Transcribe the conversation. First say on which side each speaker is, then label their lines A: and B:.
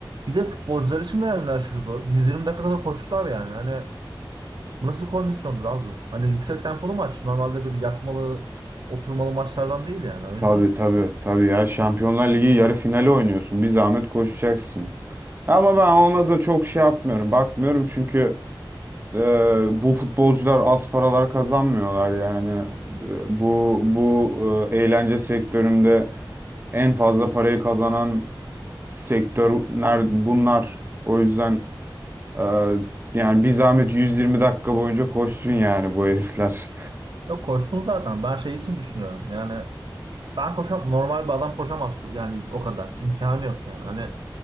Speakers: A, on the right; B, on the right.
A: Bir de futbolcular için de yani aşırı zor. 120 dakika kadar koştular yani. Hani bu nasıl kondisyondur abi? Hani yüksek tempolu maç. Normalde böyle yatmalı, oturmalı maçlardan değil yani o yüzden.
B: Tabii tabii tabii ya Şampiyonlar Ligi yarı finali oynuyorsun. Bir zahmet koşacaksın. Ama ben ona da çok şey yapmıyorum. Bakmıyorum çünkü e, bu futbolcular az paralar kazanmıyorlar yani. E, bu bu e, eğlence sektöründe en fazla parayı kazanan sektörler bunlar. O yüzden e, yani bir zahmet 120 dakika boyunca koşsun yani bu herifler.
A: Yok koşsun zaten. Ben şey için düşünüyorum. Yani ben koşam normal bir adam koşamaz yani o kadar. İmkanı yok yani. Hani